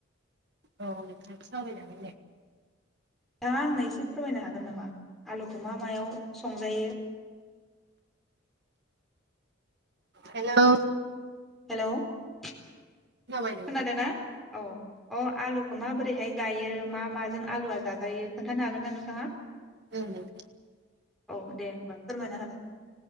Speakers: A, on the right; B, in the centre.
A: औ नोंथ सावरायलांगोन दे
B: नोंथाङा आंनो एसे फोरमायनो हागोन नामा आलुखौ मा मायाव संजायो
A: हेलौ
B: हेलौ खोनादोंना
A: खोनाबाय नोंथां
B: औ अ आलु माबोरैहाय गायो मा माजों आलुआ जाजायो खोन्थानो हागोन ना नोंथाङा
A: <inaudible>
B: औ दे होमबा फोरमायना हो